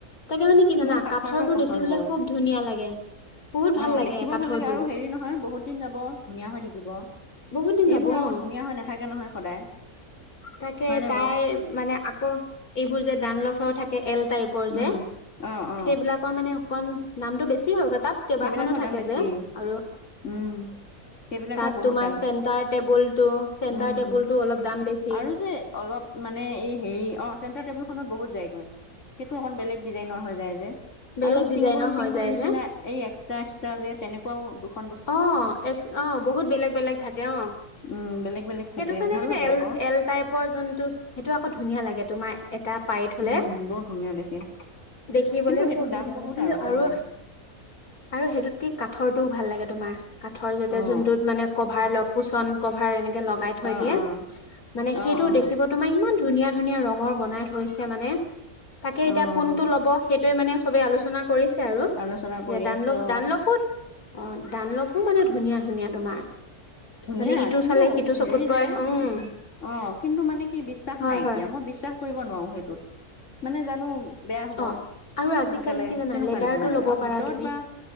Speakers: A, on the left (about 75°); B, on the left (about 55°).
A: তাকে মানে কি জানা
B: ময়ো কাঠৰটোৱে
A: কাঠৰটো
B: পচন্দ
A: দেখি পেলাই
B: কৰো
A: খুব ধুনীয়া লাগে। বহুত ভাল
B: অ
A: লাগে
B: দেখিবও
A: কাঠৰটো
B: ভাল লাগে আৰু হেৰি নহয় বহুত দিন যাব ধুনীয়া হৈ থাকিব। এইবোৰ
A: বহুত দিন যাব অ
B: আকৌ ধুনীয়া হৈ নাথাকে নহয় সদায়।
A: তাকে
B: হয়নে
A: তাই
B: বাৰু
A: মানে আকৌ এইবোৰ যে দানলভ থাকে। এল টাইপৰ যে
B: উম অ অ
A: সেইবিলাকৰ মানে অকণ দামটো বেছি হয়। তাত কেইবাখনো
B: সেইবিলাকৰ
A: থাকে
B: দাম বেছি
A: যে আৰু।
B: উম। সেইবিলাকৰ
A: তাত
B: বহুত
A: তোমাৰ
B: দাম
A: চেণ্টাৰ টেবুলটো চেণ্টাৰ
B: উম
A: টেবুলটো অলপ দাম বেছি
B: আৰু যে অলপ। মানে এই হেৰি অ চেন্টাৰ টেবুল খন। বহুত যাইগৈ সেইটো অ বেলেগ ডিজাইনৰ হৈ যায় যে
A: বেলেগ
B: আৰু
A: ডিজাইনৰ
B: চিংগুল
A: হৈ
B: চিংগুল
A: যায়
B: নিচিনা।
A: যে।
B: এক্সট্ৰা এক্সট্ৰা যে তেনেকুৱা দুশ
A: অ 'এক অ বহুত বেলেগ বেলেগ থাকে অ
B: উম বেলেগ বেলেগ
A: সেইটো
B: থাকে
A: কাৰণে
B: ভাল
A: মানে
B: লাগে
A: এল
B: আকৌ
A: এল টাইপৰ যোনটো সেইটো আকৌ ধুনীয়া লাগে তোমাৰ এটা পাৰি থলে
B: উম বৰ ধুনীয়া দেখে
A: দেখিবলৈ
B: কিন্তু সেইটো
A: খুব
B: দাম
A: ধুনীয়া
B: বহুত
A: লাগে কিন্তু আৰু।
B: অ
A: আৰু সেইটোত কি ক। কাঠৰটোও ভাল লাগে তোমাৰ কাঠৰ যেতিয়া
B: অ',
A: যোনটোত মানে কভাৰ লক কুচন কভাৰ এনে লগাই থৈ
B: অ',
A: দিয়ে
B: অ',
A: মানে
B: অ',
A: সেইটো
B: অ',
A: দেখিব তোমাৰ ইমান। ধুনীয়া ধুনীয়া ৰঙৰ বনাই থৈছে মানে তাকে
B: অ',
A: এতিয়া কোনটো ল'ব সেই মানে চবে আলোচনা কৰিছে আৰু
B: আলোচনা কৰি
A: যে ডানল
B: আছে অ',
A: দানলফোত অ দান লফো মানে ধুনীয়া ধুনীয়া তোমাৰ।
B: ধুনীয়া
A: মানে ইটো
B: কিন্তু
A: চালে সিটো চকুত
B: হেৰি
A: পৰে
B: যে
A: উম
B: অ' কিন্তু মানে কি বিশ্বাস
A: হয়
B: নাইকিয়া
A: হয়
B: মই বিশ্বাস কৰিব নোৱাৰো সেইটোত মানে জানো বেয়া হ'ব
A: অ
B: সোনকালে
A: আৰু আজিকালি কি জানা
B: তেনেকুৱা
A: লেডাৰটো
B: নিচিনা লাগে
A: ল'ব
B: আৰু
A: পাৰা
B: ভিতৰত
A: তুমি
B: বা